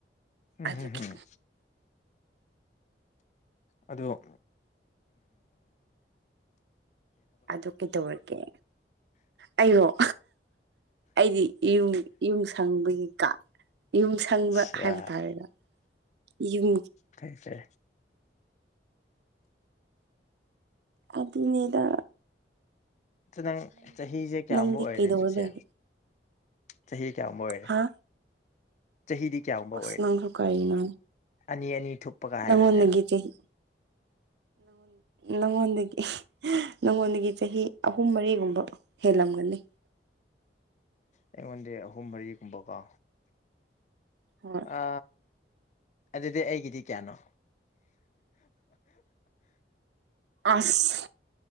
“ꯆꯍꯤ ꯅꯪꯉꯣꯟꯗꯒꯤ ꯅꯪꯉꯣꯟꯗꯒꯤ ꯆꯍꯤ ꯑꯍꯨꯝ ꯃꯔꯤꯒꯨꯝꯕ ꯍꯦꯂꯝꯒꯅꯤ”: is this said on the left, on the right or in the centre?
Right